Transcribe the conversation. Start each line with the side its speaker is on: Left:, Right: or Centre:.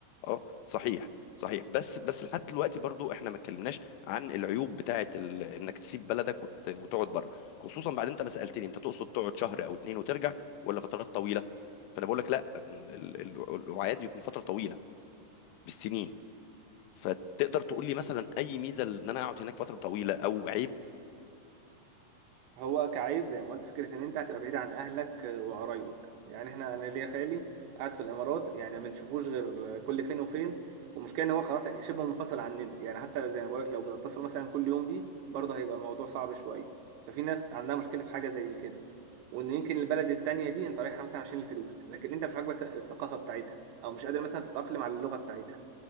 Left: اه صحيح صحيح بس بس لحد دلوقتي برضو احنا ما اتكلمناش عن العيوب بتاعه ال... انك تسيب بلدك وت... وتقعد بره خصوصا بعد انت ما سالتني انت تقصد تقعد شهر او اتنين وترجع ولا فترات طويله فانا بقول لك لا ال- ال- الوعاد يكون فتره طويله بالسنين فتقدر تقول لي مثلا اي ميزه ان انا اقعد هناك فتره طويله او عيب
Right: هو كعيب زي ما قلت فكره ان انت هتبقى بعيد عن اهلك وقرايبك يعني احنا انا ليا خالي قاعد في الامارات يعني ما بنشوفوش غير كل فين وفين والمشكله ان هو خلاص يعني شبه منفصل عننا يعني حتى زي ما بقولك لو بتتصل مثلا كل يوم بيه برضه هيبقى الموضوع صعب شويه ففي ناس عندها مشكله في حاجه زي كده وان يمكن البلد التانيه دي انت رايحها مثلا عشان الفلوس لكن انت مش عاجبك الثقافه بتاعتها او مش قادر مثلا تتاقلم على اللغه بتاعتها